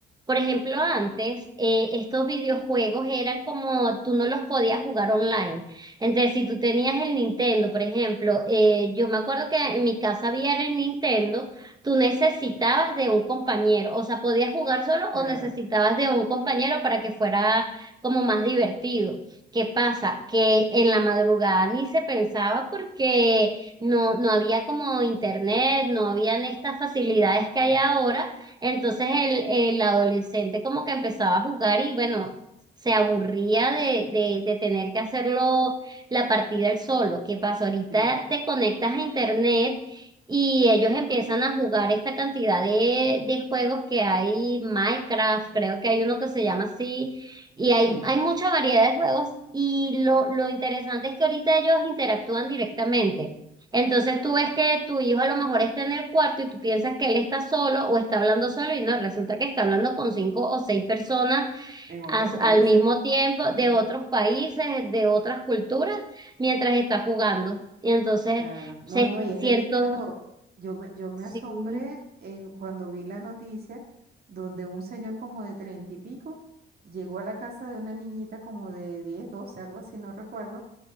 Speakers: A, on the right; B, on the right.
A: por ejemplo, antes eh, estos videojuegos eran como tú no los podías jugar online. Entonces, si tú tenías el Nintendo, por ejemplo, eh, yo me acuerdo que en mi casa había el Nintendo, tú necesitabas de un compañero, o sea, podías jugar solo
B: Claro,
A: o necesitabas de un compañero para que fuera como más divertido. ¿Qué pasa? Que en la madrugada ni se pensaba porque no, no había como internet, no habían estas facilidades que hay ahora entonces el, el adolescente como que empezaba a jugar y bueno, se aburría de, de, de tener que hacerlo la partida él solo. ¿Qué pasa? Ahorita
B: claro,
A: te conectas a internet y ellos empiezan a jugar esta cantidad de, de juegos que hay, Minecraft, creo que hay uno que se llama así, y hay,
B: sí,
A: hay mucha variedad de juegos. Y lo, lo interesante es que ahorita ellos interactúan directamente. Entonces tú ves que tu hijo a lo mejor está en el cuarto y tú piensas que él está solo o está hablando solo y no, resulta que está hablando con cinco o seis personas
B: en otros
A: as-
B: países,
A: al mismo tiempo de
B: ajá.
A: otros países, de otras culturas, mientras está jugando. Y entonces
B: Claro, no,
A: se
B: no, y es
A: siento,
B: delicado. Yo me, yo me
A: sí,
B: asombré en, cuando vi la noticia donde un señor como de treinta y pico llegó a la casa de una niñita como de diez, doce, algo así, no recuerdo,